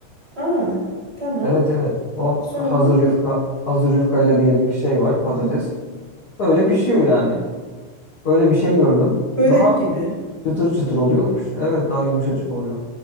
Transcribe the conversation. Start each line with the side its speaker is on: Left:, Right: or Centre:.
Right: Aa, tamam.
Left: Evet evet. O
Right: Sonra
Left: hazır yufka. Hazır yufkayla diyelim ki şey var patates.
Right: hı.
Left: Öyle pişiyor yani. Öyle bir şey gördüm.
Right: Börek
Left: Daha
Right: gibi.
Left: çıtır çıtır oluyormuş. Evet daha yumuşacık oluyor.